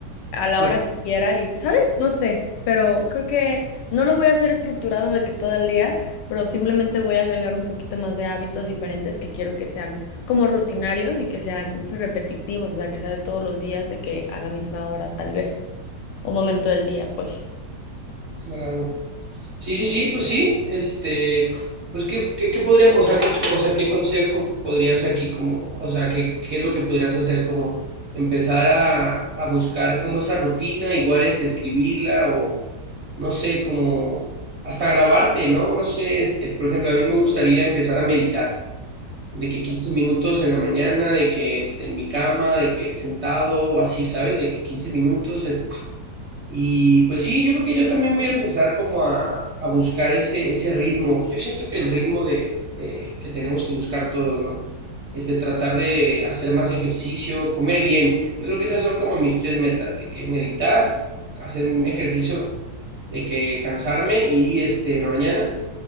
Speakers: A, on the left; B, on the right.
A: a la
B: Pues,
A: hora que quiera y, ¿sabes? No sé, pero creo que no lo voy a hacer estructurado de que todo el día, pero simplemente voy a agregar un poquito más de hábitos diferentes que quiero que sean como rutinarios y que sean pues, repetitivos, o sea, que sea de todos los días, de que a la misma hora tal vez, o momento del día, pues.
B: claro. Sí, sí, sí, pues sí. Este, pues qué, qué, qué podríamos, o sea, qué, o sea, qué consejo podrías aquí como, o sea, qué, qué es lo que podrías hacer como empezar a, a buscar como esa rutina, igual este escribirla o no sé, como hasta grabarte, ¿no? No sé, este, por ejemplo, a mí me gustaría empezar a meditar, de que 15 minutos en la mañana, de que en mi cama, de que sentado o así, ¿sabes? De que 15 minutos, eh, y pues sí, yo creo que yo también voy a empezar como a, a buscar ese, ese ritmo. Yo siento que el ritmo de, de- que tenemos que buscar todos, ¿no? Este, tratar de hacer más ejercicio, comer bien. Yo creo que esas son como mis tres metas, de que meditar, hacer un ejercicio, de que cansarme y este, en la mañana